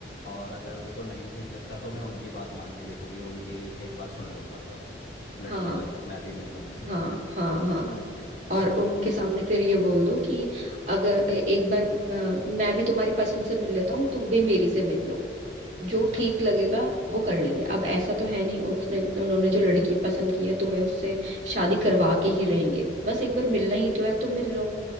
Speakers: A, on the left; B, on the right.
A: और अगर उनको नहीं ठीक लगता तो मैं उनकी बात मान के देखूंगी उनकी एक बार सुन लूँ मतलब लड़की
B: हाँ
A: वाले मैं भी मिल लूँ उनसे
B: हाँ हाँ हाँ
A: अच्छा
B: और उनके सामने फिर ये बोल दो कि अगर ए- एक बार अ, मैं भी तुम्हारी पसंद से मिल लेता हूँ तुम भी मेरी से मिल लो जो
A: अच्छा
B: ठीक लगेगा वो कर लेंगे अब ऐसा तो है नहीं उसने उन्होंने जो लड़की पसंद की है तुम्हें उससे शादी करवा के ही रहेंगे बस एक बार मिलना ही तो है तो मिल लो